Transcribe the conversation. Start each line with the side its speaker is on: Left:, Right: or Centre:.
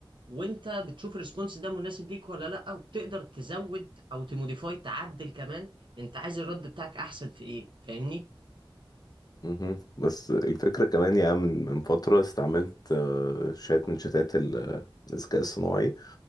Right: وانت بتشوف الريسبونس ده مناسب ليك ولا لا وبتقدر تزود او تموديفاي تعدل كمان انت عايز الرد بتاعك احسن في ايه فاهمني
Left: مهم. بس الفكره كمان يا عم من من فتره استعملت آه، شات من شتات ال- آه، الذكاء الصناعي